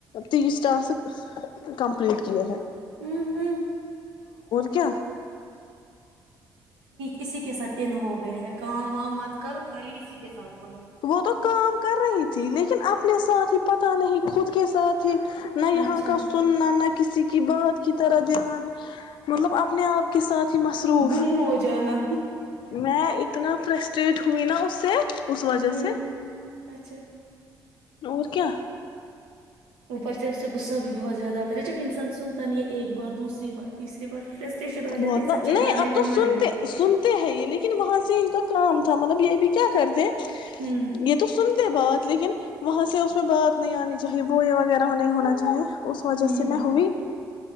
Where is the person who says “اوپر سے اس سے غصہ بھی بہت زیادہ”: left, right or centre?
Right